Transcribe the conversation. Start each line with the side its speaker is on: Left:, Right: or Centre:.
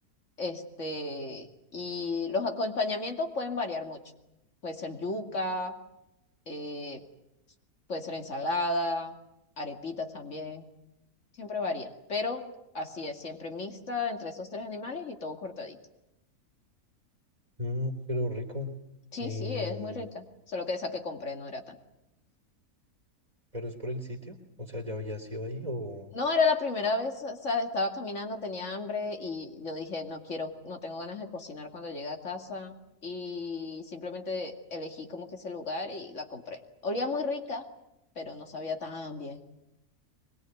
Left: este, y los acompañamientos pueden variar mucho. Puede ser yuca, eh, puede ser ensalada, arepitas también. Siempre varía. Pero así es, siempre mixta entre esos tres animales y todo cortadito.
Right: Mm, pero rico,
Left: Sí,
Right: Em,
Left: sí, es muy rica. Solo que esa que compré no era tan
Right: pero es por el sitio, o sea, ¿ya había sido ahí o...?
Left: No, era la primera vez, o sea, estaba caminando, tenía hambre y yo dije, no quiero, no tengo ganas de cocinar cuando llegue a casa y simplemente elegí como que ese lugar y la compré. Olía muy rica, pero no sabía tan bien.